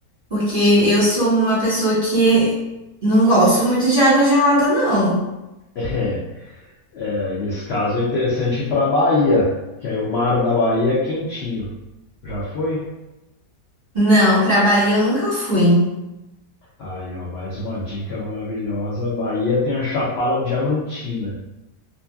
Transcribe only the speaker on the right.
Porque eu sou uma pessoa que não gosto muito de água gelada, não.
Não, para Bahia eu nunca fui.